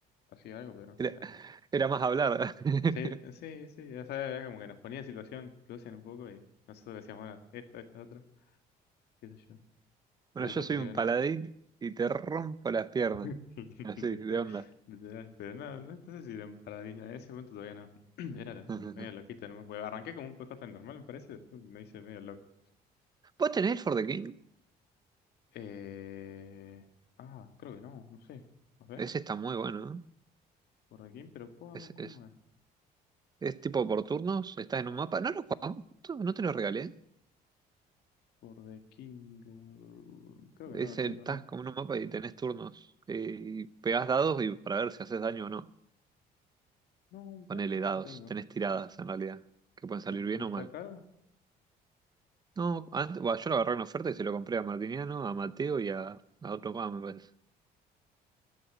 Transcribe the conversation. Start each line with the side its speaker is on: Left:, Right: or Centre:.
Left: hacía algo, pero
Right: Era,
Left: era.
Right: era más hablar.
Left: Sí, sí,
Right: <laughs>
Left: sí, ya sabes, era como que nos ponía en situación Lucian un poco y nosotros decíamos, bueno, esto, esto, otro, qué sé yo.
Right: Bueno,
Left: Pero
Right: yo
Left: por eso
Right: soy
Left: te
Right: un
Left: digo,
Right: paladín
Left: no.
Right: y te rompo las piernas.
Left: <laughs> literal,
Right: Así, de onda.
Left: pero no, no, no sé si eran paradigmas. En ese momento todavía no. <clears throat> Era medio
Right: <laughs>
Left: loquito, no me acuerdo. Arranqué como un PJ normal, me parece, después me hice medio loco.
Right: ¿Vos tenés el For the King?
Left: Eh... Ah, creo que no, no sé. No sé,
Right: Ese está muy bueno, ¿eh?
Left: por aquí, pero ¿cómo,
Right: Es,
Left: cómo
Right: es,
Left: es?
Right: es tipo por turnos, estás en un mapa. No lo jugamos, juntos? no te lo regalé.
Left: Por The King. eh, Creo que
Right: Es,
Left: no lo tengo,
Right: el- estás
Left: ¿no?
Right: como en un mapa y tenés turnos. eh, Y pegás dados y para ver si haces daño o no.
Left: No, me parece
Right: Ponele
Left: que no
Right: dados,
Left: lo tengo.
Right: tenés tiradas en realidad, que pueden salir
Left: ¿Y,
Right: bien
Left: y está
Right: o mal.
Left: caro?
Right: No, antes, bueno, yo lo agarré en oferta y se lo compré a Martiniano, a Mateo y a, a otro más, me parece.